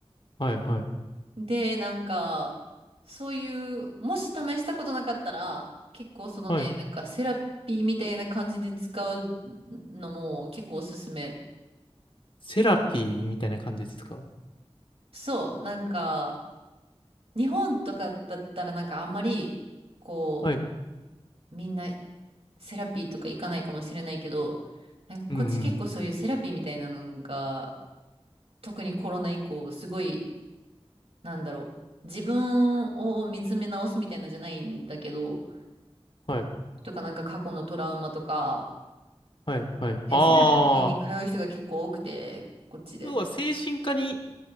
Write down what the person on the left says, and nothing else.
はいはい。
はい。
セラピーみたいな感じですか
はい。
うんうん。
はい。
はいはい。
ああ。
要は精神科に